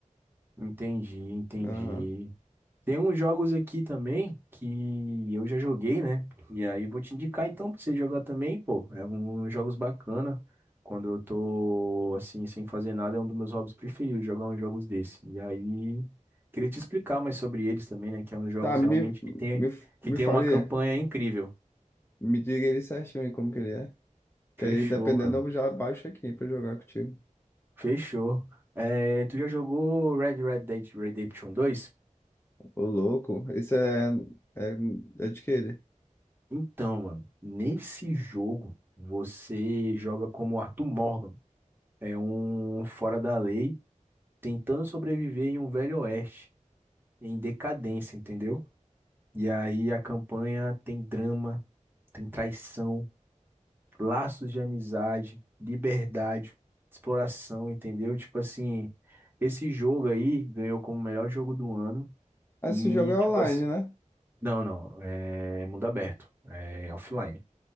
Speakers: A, on the right (about 15°); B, on the left (about 20°).
A: Entendi, entendi.
B: Aham.
A: Tem uns jogos aqui também que eu já joguei, né? E aí vou te indicar então pra você jogar também, pô. É uns jogos bacana. Quando eu tô assim, sem fazer nada, é um dos meus hobbies preferidos, jogar uns jogos desse. E aí, queria te explicar mais sobre eles também, né? Que é uns jogos
B: Tá, me,
A: realmente que tem,
B: me,
A: que
B: me
A: tem
B: fale,
A: uma campanha incrível.
B: me diga ele certinho aí como que ele é. Que
A: Fechou,
B: aí, dependendo,
A: mano.
B: eu já baixo aqui pra jogar contigo.
A: Fechou. É, tu já jogou Red Red Dead Redemption dois?
B: Ô, louco, esse é, é, é de que ele?
A: Então, mano, nesse jogo você joga como Arthur Morgan, é um fora da lei, tentando sobreviver em um velho oeste, em decadência, entendeu? E aí a campanha tem drama, tem traição, laços de amizade, liberdade, exploração, entendeu? Tipo assim, esse jogo aí ganhou como melhor jogo do ano
B: Ah,
A: e
B: Esse jogo é
A: tipo
B: online,
A: assim,
B: né?
A: não, não, é mundo aberto, é offline.